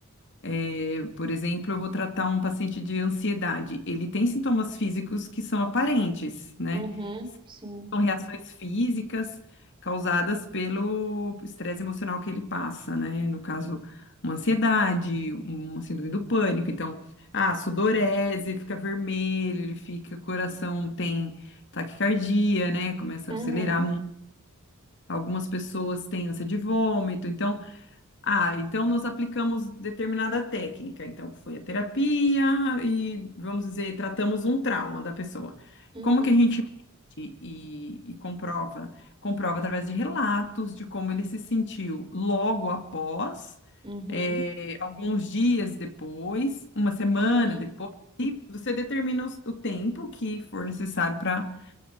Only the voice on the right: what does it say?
uhum, sim.
Uhum,
Uhum,
uhum,
uhum.